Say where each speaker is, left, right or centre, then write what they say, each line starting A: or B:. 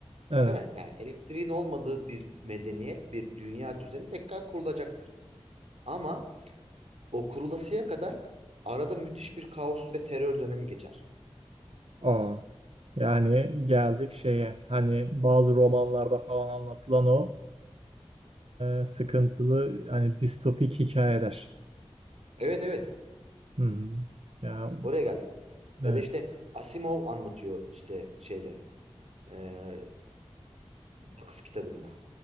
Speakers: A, on the right (about 65°); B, on the right (about 85°).
A: Evet.
B: Değil mi? Yani elektriğin olmadığı bir medeniyet, bir dünya düzeni tekrar kurulacaktır. Ama o kurulasıya kadar arada müthiş bir kaos ve terör dönemi geçer.
A: Aa, yani geldik şeye hani bazı romanlarda falan anlatılan o e, sıkıntılı hani distopik hikayeler.
B: Evet evet.
A: Hı hı. Ya
B: Oraya geldik. Ya
A: evet.
B: da işte Asimov anlatıyor işte şeyde eee, vakıf kitabında.